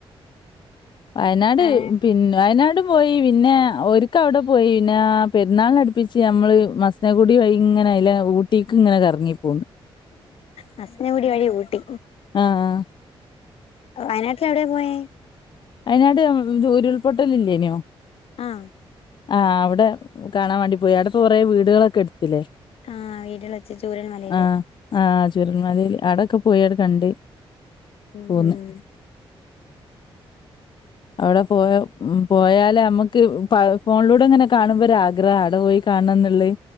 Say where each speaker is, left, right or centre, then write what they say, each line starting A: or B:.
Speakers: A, on the left; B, on the left.
A: വയനാട്
B: വയനാട്ടിൽ
A: പിന്നെവയനാട് പോയി പിന്നെ ഒക്ക അവിടെ പോയി പിന്നെ പെരുന്നാളിന അടിപ്പിച്ച് നമ്മള് മസനകുടി വൈ ഇങ്ങനെ അല്ല ഊട്ടിക്ക് ഇങ്ങനെ കറങ്ങി പോന്ന്
B: മസന ഗുടി വഴി ഊട്ടി
A: ആഹ്
B: വയനാട്ടിൽ എവിടെയ പോയേ
A: വയനാട് തു ഉരുൾപൊട്ടലില്ലേന്യോ?
B: ആഹ്
A: ആഹ് അവിടെ കാണാൻ വേണ്ടി പോയി അവിടപ്പൊ കൊറേ വീടുകളൊക്കെ എട് ത്തിലേ
B: ആഹ് വീട്ടിൽ വെച്ച് ചൂരൽ മലയില്
A: ആഹ് ആഹ് ചൂരൽ മലേല് ആടൊക്കെ പോയാട് കണ്ട്
B: ഉം
A: പോന്ന്
B: ഉം
A: അവിടെ പോയ പോയാല് നമ്മക്ക് ഫോണിലൂടെ ഇങ്ങനെ കാണുമ്പോ ഒരു ആഗ്രഹാ അവടെ പോയി കാണണംന്ന്ള്ളഅ്